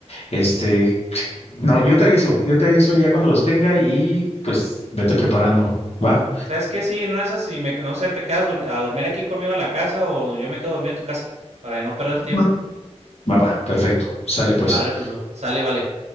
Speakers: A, on the left; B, on the right.
A: Este, no, yo te aviso, yo te aviso ya cuando los tenga y pues vete preparando. Va,
B: ¿Sabes qué? Sí, no es así, me, no sé, te quedas a dormir aquí conmigo a la casa o yo me quedo a dormir a tu casa para no perder tiempo.
A: va, va, va, perfecto. Sale pues.
B: Arréglalo, sale, vale.